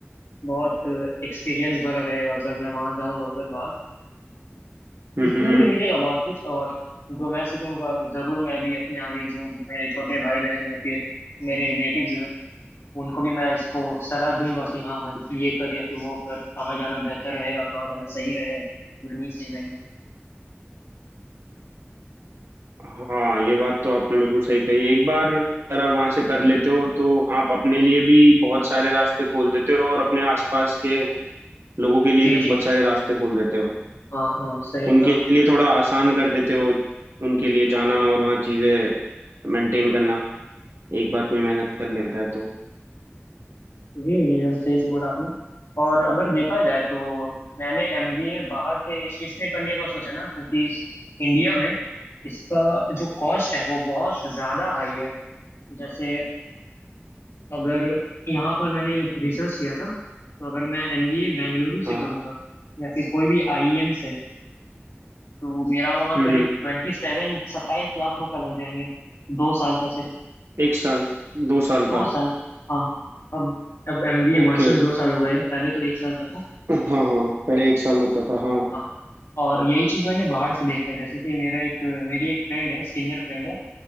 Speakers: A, on the left (about 90°); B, on the right (about 70°).
A: बहुत एक्सपीरियंस भरा रहेगा अगर मैं वहां जाऊंगा अगर बाहर
B: हम्म
A: सीखने
B: हम्म।
A: को भी मिलेगा बहुत कुछ और जो मैं सीखूंगा जरूर मैं भी अपने आगे जो मेरे छोटे भाई बहन या फिर मेरे रिलेटिव्स हैं उनको भी मैं इसको सलाह दूंगा कि हाँ भाई ये कर या फिर वो कर कहाँ जाना बेहतर रहेगा कहाँ जाना सही रहेगा कहाँ नहीं सही रहेगा
B: हाँ ये बात तो आपने बिल्कुल सही कही एक बार अगर आप वहाँ से कर लेते हो तो आप अपने लिए भी बहुत सारे रास्ते खोल देते हो और अपने आसपास के लोगों के लिए
A: जी
B: भी बहुत
A: जी
B: सारे रास्ते खोल देते हो
A: हाँ हाँ सही
B: उनके
A: हाँ
B: लिए थोड़ा आसान कर देते हो उनके लिए जाना और वहाँ चीज़ें मेंटेन करना एक बार कोई मेहनत कर लेता है तो
A: जी जी सर, सही बोला आपने और अगर देखा जाए तो मैंने एमबीए बाहर से इसलिए करने का सोचा ना क्योंकि इस- इंडिया में इसका जो कॉस्ट है वो बहुत ज्यादा हाई है जैसे अगर यहाँ पर मैंने रिसर्च किया था तो अगर मैं एमबीए बेंगलुरु
B: हाँ
A: से करूँगा या फिर कोई भी आईआईएम से तो मेरा वहाँ
B: हम्म
A: करीब
B: हम्म
A: ट्वेंटी सेवन सत्ताईस लाख रुपए लग जाएंगे दो साल का सिर्फ
B: एक साल दो साल
A: दो
B: का
A: साल हाँ अब अब एमबीए
B: ओके
A: मास्टर्स दो साल हो गए हैं पहले तो एक साल का था
B: हाँ हाँ पहले एक साल होता था हाँ
A: हाँ और यही चीज मैंने बाहर से देखा है जैसे कि मेरा एक मेरी एक फ्रेंड है सीनियर फ्रेंड है